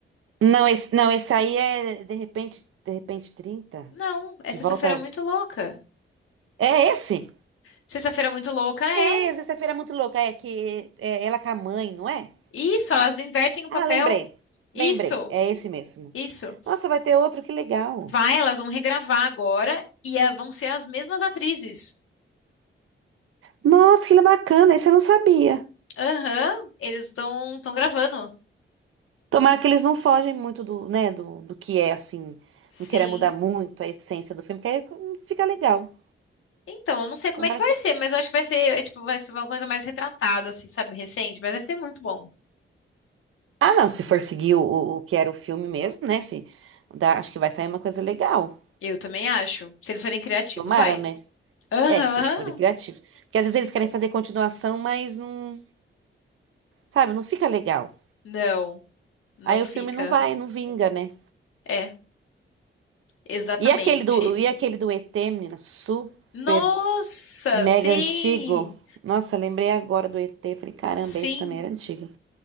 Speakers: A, on the right; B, on the left.
A: Não, esse, não, esse aí é de repente, de repente trinta
B: Não, é
A: De
B: Sexta-feira
A: volta aos.
B: Muito Louca.
A: É esse?
B: Sexta-feira Muito Louca é.
A: É, Sexta-feira Muito Louca. É que é ela com a mãe, não é?
B: Isso, elas invertem o
A: Ah,
B: papel.
A: lembrei.
B: Isso,
A: Lembrei. É esse mesmo.
B: isso.
A: Nossa, vai ter outro, que legal.
B: Vai, elas vão regravar agora e eh, vão ser as mesmas atrizes.
A: Nossa, que bacana, esse eu não sabia.
B: Aham, eles estão estão gravando.
A: Tomara que eles não fogem muito do, né, do, do que é, assim,
B: Sim.
A: não queira mudar muito a essência do filme, que aí fica legal.
B: Então, eu não sei como
A: Tomara
B: é que vai
A: que...
B: ser, mas eu acho que vai ser, eh, tipo, vai ser uma coisa mais retratada, assim, sabe, recente, mas vai ser muito bom.
A: Ah, não, se for seguir o, o, o que era o filme mesmo, né, se, dá- acho que vai sair uma coisa legal.
B: Eu também acho. Se eles forem criativos,
A: Tomara,
B: vai.
A: né?
B: Aham.
A: É, se eles forem criativos. Porque às vezes eles querem fazer continuação, mas não, sabe, não fica legal.
B: Não, não
A: Aí o
B: fica.
A: filme não vai, não vinga, né?
B: É, exatamente.
A: E aquele do, e aquele do ET, menina, super
B: Nossa,
A: Mega
B: sim.
A: antigo. Nossa, lembrei agora do ET. Falei, caramba,
B: Sim.
A: esse também era antigo.